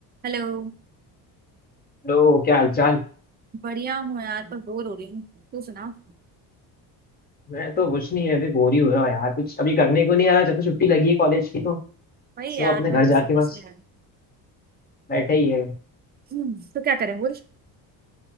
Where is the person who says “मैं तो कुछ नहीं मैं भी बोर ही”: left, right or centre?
Left